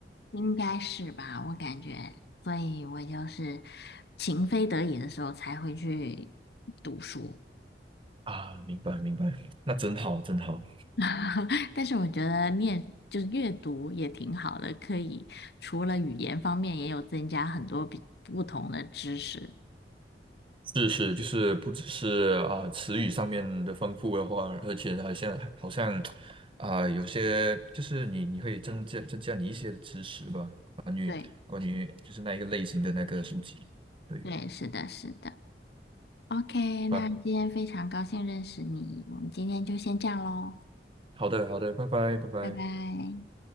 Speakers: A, on the left; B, on the right.
A: 应该是吧？我感觉，所以我就是情非得已的时候才会去读书。
B: 啊，明白明白，那真好真好。
A: <laughs> 但是我觉得念就是阅读也挺好的，可以除了语言方面，也有增加很多比不同的知识。
B: 知识就是不只是啊、词语上面的丰富的话，而且好像好像啊、有些就是你你可以增加增加你一些的知识吧，关于关于就是那一个类型的那个书籍，
A: 对，
B: 对
A: 对，是的，是的。OK，
B: 吧？
A: 那今天非常高兴认识你，我们今天就先这样喽，
B: 好的好的，拜拜拜拜。
A: 拜拜。